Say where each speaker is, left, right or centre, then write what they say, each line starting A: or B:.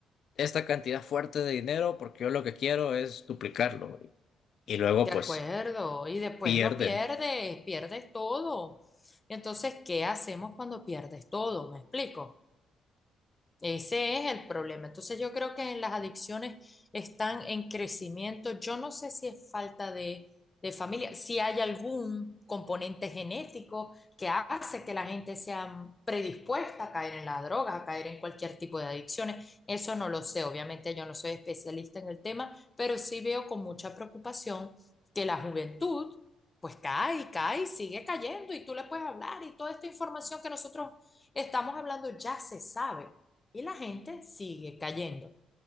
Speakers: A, on the left; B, on the left.
A: esta cantidad fuerte de dinero porque yo lo que quiero es duplicarlo. Y luego
B: de
A: pues
B: acuerdo. Y después
A: pierden
B: lo pierdes, pierdes todo. Entonces, ¿qué hacemos cuando pierdes todo? ¿Me explico? Ese es el problema. Entonces yo creo que las adicciones están en crecimiento. Yo no sé si es falta de, de familia, si hay algún componente genético que hace que la gente sea predispuesta a caer en la droga, a caer en cualquier tipo de adicciones. Eso no lo sé. Obviamente yo no soy especialista en el tema, pero sí veo con mucha preocupación que la juventud pues cae y cae y sigue cayendo y tú le puedes hablar y toda esta información que nosotros estamos hablando ya se sabe y la gente sigue cayendo.